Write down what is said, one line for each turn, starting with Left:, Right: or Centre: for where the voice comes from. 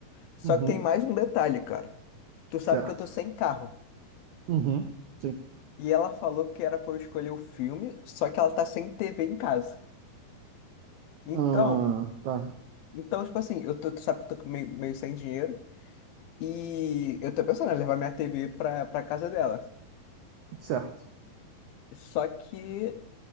Left: Só
Right: uhum,
Left: que tem mais um detalhe, cara. Tu
Right: certo,
Left: sabe que eu tô sem carro.
Right: Uhum, sim.
Left: E ela falou que era pra eu escolher o filme, só que ela tá sem TV em casa. Então,
Right: Ah, tá.
Left: então tipo assim, eu tô, tu sabe que eu tô meio, meio sem dinheiro. E eu tô pensando em levar minha TV pra, pra casa dela.
Right: certo.
Left: Só que